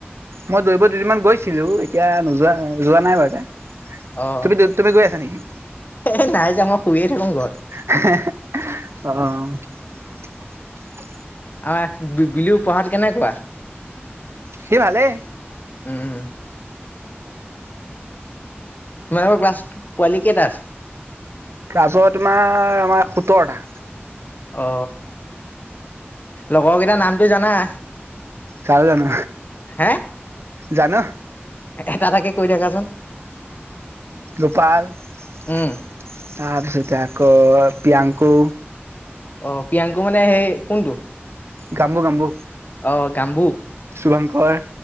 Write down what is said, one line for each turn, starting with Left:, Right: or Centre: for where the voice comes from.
Right: মই দৈব দুদিনমান গৈছিলো এতিয়া নোযোৱা যোৱা নাই বাৰুতে <unintelligible>
Left: অ'।
Right: তুমি তুমি গৈ আছা নেকি
Left: এ নাই যাওঁ মই শুইয়ে থাকো ঘৰত
Right: হে- হে অ <unintelligible>
Left: আ বিলু পাঢ়াত কেনেকুৱা
Right: সি ভালেই
Left: উম তোমালোকৰ ক্লাছ কোৱালি কেইটা আছে
Right: গাজৰ তোমাৰ আমাৰ সোতৰটা
Left: অ লগৰকেইটাৰ নামটো জানা
Right: চাৰ জান।
Left: হে
Right: জান?
Left: এটা তাকে কৈ থাকাচোন।
Right: গোপাল তাৰপিছতে
Left: উম
Right: আকৌ প্ৰিয়াংকু
Left: অ প্ৰিয়াংকু মানে সেই কোনটো?
Right: গাম্বু গাম্বু।
Left: অ গাম্বু
Right: শুভংকৰ